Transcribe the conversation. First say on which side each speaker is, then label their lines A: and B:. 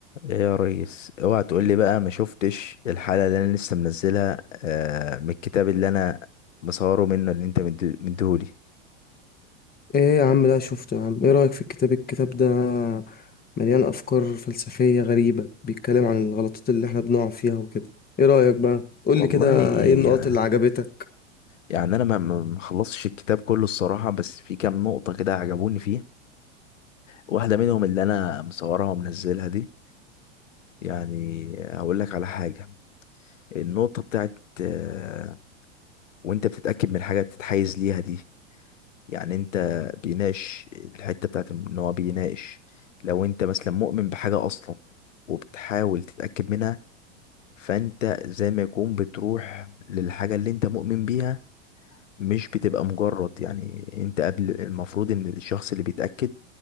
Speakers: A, on the left; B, on the left.
A: ايه يا ريس اوعى تقول لي بقى ما شفتش الحلقه اللي انا لسه منزلها آه من الكتاب اللي انا مصوره منه اللي انت مد- مديهولي
B: ايه يا عم ده شفته يا عم ايه رأيك في الكتاب الكتاب ده مليان افكار فلسفية غريبة بيتكلم عن الغلطات اللي احنا بنقع فيها وكده ايه رأيك بقى قولي
A: والله
B: كده
A: إيه
B: ايه النقط
A: يعني
B: اللي عجبتك
A: يعني انا ما ما- ما خلصتش الكتاب كله الصراحه بس في كام نقطه كده عجبوني فيه واحده منهم اللي انا مصورها ومنزلها دي يعني هقول لك على حاجه النقطه بتاعت آه وانت بتتاكد من حاجه بتتحيز ليها دي يعني انت بيناقش الحتة بتاعت ان هو بيناقش لو انت مثلا مؤمن بحاجة اصلا وبتحاول تتأكد منها فانت زي ما يكون بتروح للحاجة اللي انت مؤمن بيها مش بتبقى مجرد يعني انت قبل المفروض ان الشخص اللي بيتأكد